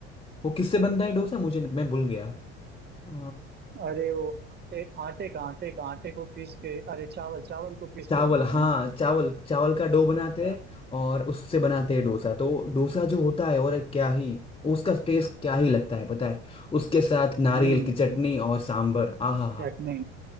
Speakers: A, on the left; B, on the right.
A: वो किससे बनता है डोसा मुझे मैं भूल गया अ,
B: अरे वो आटे आटे का आटे का आटे को पीस के अरे चावल चावल को पीस
A: चावल
B: के बनाते
A: हाँ
B: हैं
A: चावल चावल का डो बनाते
B: क्या-
A: हैं और उससे बनाते हैं डोसा तो डोसा जो होता है और क्या ही उसका टेस्ट क्या ही लगता है पता है उसके साथ नारियल
B: हम्म
A: की चटनी और सांभर आहा
B: चटनी